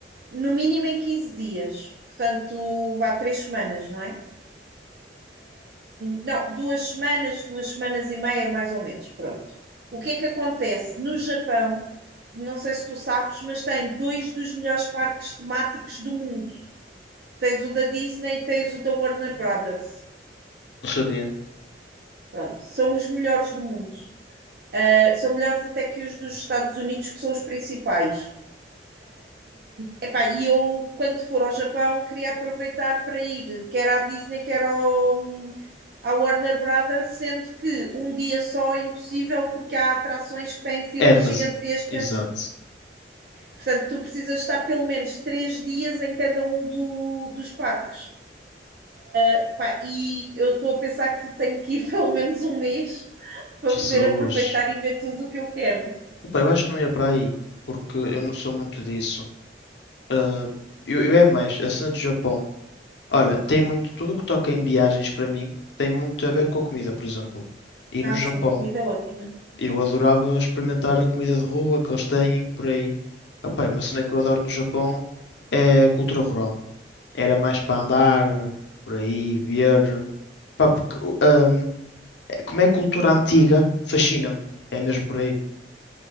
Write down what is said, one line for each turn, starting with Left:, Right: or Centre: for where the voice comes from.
Right: no mínimo em 15 dias. Portanto, vá três semanas, não é? Não, duas semanas, duas semanas e meia, mais ou menos. Pronto. O que é que acontece? No Japão, não sei se tu sabes, mas tem dois dos melhores parques temáticos do mundo. Tens o da Disney e tens o da Warner Brothers.
Left: Não sabia.
Right: Pronto, são os melhores do mundo. Uh, são melhores até que os dos Estados Unidos, que são os principais. Epá, e eu, quando for ao Japão, queria aproveitar para ir, quer à Disney, quer ao, à Warner Brothers, sendo que um dia só é impossível porque há atrações que têm filas
Left: É, mas.
Right: gigantescas.
Left: Exato.
Right: Portanto, tu precisas estar pelo menos três dias em cada um do, dos parques. Epá, e eu estou a pensar que tenho que ir <laughs> pelo menos um mês para
Left: Jesus.
Right: poder aproveitar e ver tudo o que eu quero.
Left: Opa, eu acho que não ia para aí. Porque eu não sou muito disso. Ah, eu, eu é mais. A cena do Japão. Olha, tem muito. Tudo o que toca em viagens para mim tem muito a ver com a comida, por exemplo. E
Right: Ah,
Left: no Japão,
Right: sim, comida é ótima.
Left: eu adorava experimentar a comida de rua que eles têm por aí. Opa, uma cena que eu adoro no Japão é a cultura rural. Era mais para andar por aí, ver. Pá, porque, hum, como é cultura antiga, fascina-me. É mesmo por aí.